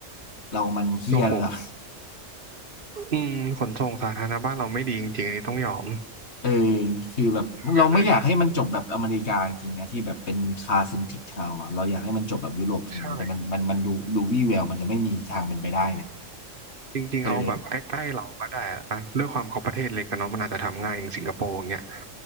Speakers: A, on the left; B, on the right.
A: เรามันเฮี้ยแล้วเรา
B: โอ้โหอืมขนส่งสาธารณะบ้านเราไม่ดีจริงๆอันนี้ต้องยอม
A: เออคือแบบเราไม่อยากให้มันจบแบบอเมริกาจริงๆนะที่แบบเป็นคาร์เซนทริกทาวอะเราอยากให้มันจบแบบยุโรปจริงๆนะแต่มันมันมันดูดูวี่แววมันจะไม่มีทางเป็นไปได้เลย
B: ก็เลยใช่จริงๆเอาแบบใกล้ๆเราก็ได้อะนะด้วยความเขาประเทศเล็กกันเนาะมันอาจจะทำง่ายอย่างสิงคโปร์อย่างเงี้ย
A: เออ